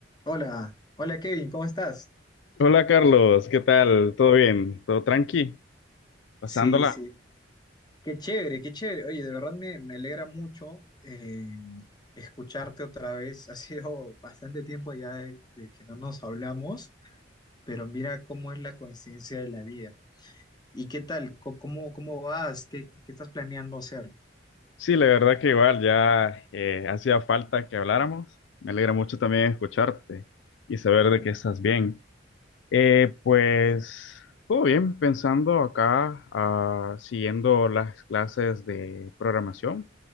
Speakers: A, on the left; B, on the left.
A: Hola, hola Kevin, ¿cómo estás?
B: Hola Carlos, ¿qué tal? ¿Todo bien? ¿Todo tranqui? ¿Pasándola?
A: Sí, sí, qué chévere, qué chévere. Oye, de verdad me, me alegra mucho eh, escucharte otra vez. <laughs> Ha sido bastante tiempo ya de, de que no nos hablamos, pero mira cómo es la coincidencia de la vida. ¿Y qué tal? Co- ¿Cómo, cómo vas? ¿Qué, qué, qué estás planeando hacer?
B: Sí, la verdad que igual ya eh, hacía falta que habláramos. Me alegra mucho también escucharte y saber de que estás bien. Eh, pues todo bien, pensando acá, ah, siguiendo las clases de programación.